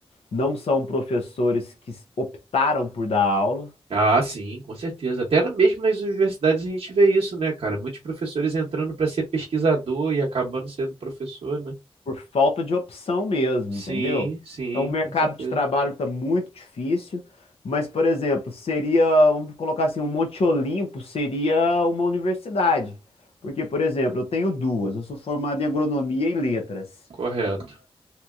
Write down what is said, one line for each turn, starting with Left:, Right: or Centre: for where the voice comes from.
Left: não são professores que s- optaram por dar aula,
Right: Ah, sim, com certeza. Até na- mesmo nas universidades a gente vê isso, né, cara? Muitos professores entrando para ser pesquisador e acabando sendo professor, né?
Left: por falta de opção mesmo,
Right: Sim,
Left: entendeu?
Right: sim,
Left: Então, o mercado
Right: com certeza.
Left: de trabalho está muito difícil. Mas, por exemplo, seria, vamos colocar assim, um Monte Olimpo seria uma universidade. Porque, por exemplo, eu tenho duas. Eu sou formado em agronomia e letras.
Right: Correto.